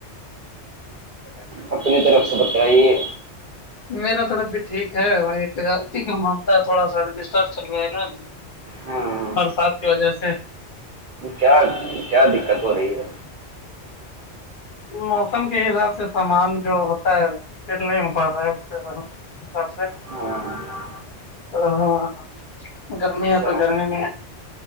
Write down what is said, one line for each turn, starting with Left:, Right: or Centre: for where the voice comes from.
Left: <inaudible>
Right: اپنی طرف سے بتائیے
Left: میرا تو اب بھی ٹھیک ہے بائی پ آرتی ہی کا مانتا ہے تھوڑا سا ڈسٹرب چل رہا ہے نا
Right: ہاں
Left: برسات کی وجہ سے
Right: کیا کیا دقت ہو رہی ہے
Left: موسم کے حساب سے سامان جو ہوتا ہے تیل نہیں ہو پا رہا ہے اس
Right: ہاں
Left: ا ہاں گرمی
Right: اچھا
Left: ہے تو گرمی میں